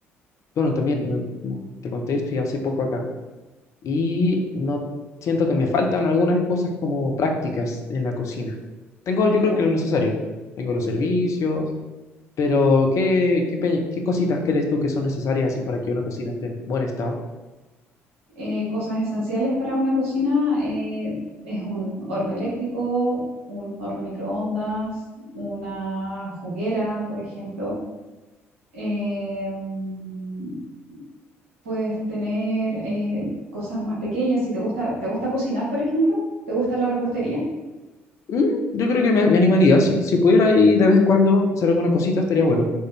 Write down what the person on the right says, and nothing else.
Ya.
eh, cosas esenciales para una cocina eh, es un horno eléctrico, un horno microondas, una juguera, por ejemplo. Eh, mm, puedes tener eh, cosas más pequeñas. Si te gusta, ¿te gusta cocinar, por ejemplo? ¿Te gusta la repostería?